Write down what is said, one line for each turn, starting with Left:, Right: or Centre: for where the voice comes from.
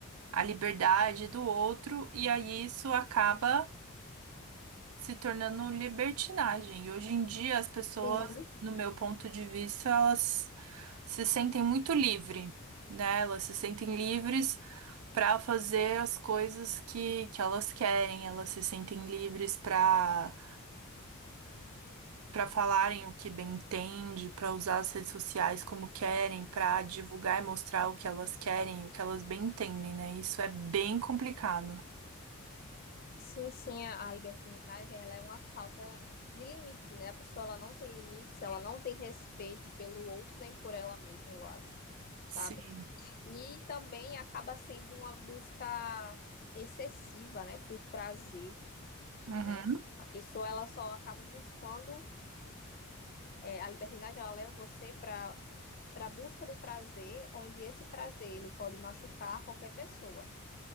Right: A liberdade do outro, e aí isso acaba. se tornando libertinagem. E hoje em dia as pessoas,
Left: Sim.
Right: no meu ponto de vista, elas se sentem muito livre, né? Elas se sentem livres para fazer as coisas que, que elas querem, elas se sentem livres para para falarem o que bem entende, para usar as redes sociais como querem, para divulgar e mostrar o que elas querem, o que elas bem entendem, né? Isso é bem complicado.
Left: Sim, sim, a a libertinagem, ela é uma falta de limite, né? A pessoa, ela não tem limites, ela não tem respeito pelo outro nem por ela mesma, eu acho, sabe?
Right: Sim.
Left: E também acaba sendo uma busca excessiva, né? Por prazer,
Right: Uhum.
Left: né? A pessoa, ela só acaba buscando É, a libertinagem ela leva você para para a busca do prazer, onde esse prazer ele pode machucar qualquer pessoa.